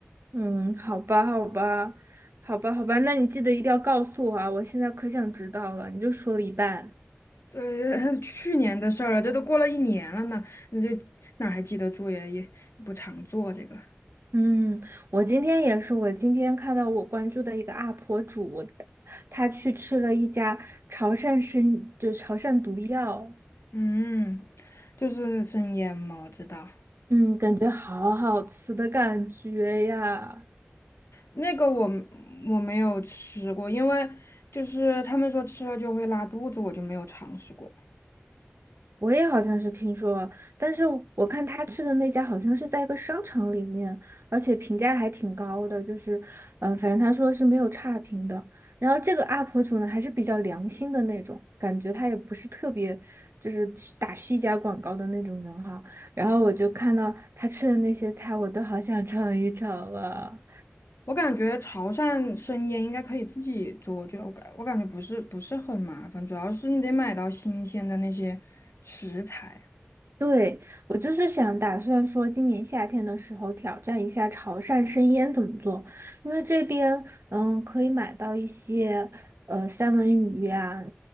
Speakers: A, on the right; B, on the left.
A: 嗯，好吧，好吧，好吧，好吧，那你记得一定要告诉我啊！我现在可想知道了，你就说了一半。
B: 对，<laughs> 去年的事儿了，这都过了一年了呢，你就哪儿还记得住呀？也不常做这个。
A: 嗯，我今天也是，我今天看到我关注的一个 UP 主，他去吃了一家潮汕生，就潮汕毒药，
B: 嗯，就是生腌嘛，我知道
A: 嗯，感觉好好吃的感觉呀。
B: 那个我我没有吃过，因为就是他们说吃了就会拉肚子，我就没有尝试过。
A: 我也好像是听说了但是我看他吃的那家好像是在一个商场里面，而且评价还挺高的，就是，嗯、反正他说是没有差评的。然后这个 UP 主呢，还是比较良心的那种，感觉他也不是特别就是去打虚假广告的那种人哈。然后我就看到他吃的那些菜，我都好想尝一尝啊。
B: 我感觉潮汕生腌应该可以自己做，就我感我感觉不是不是很麻烦，主要是你得买到新鲜的那些食材。
A: 对，我就是想打算说，今年夏天的时候挑战一下潮汕生腌怎么做，因为这边嗯可以买到一些呃三文鱼呀、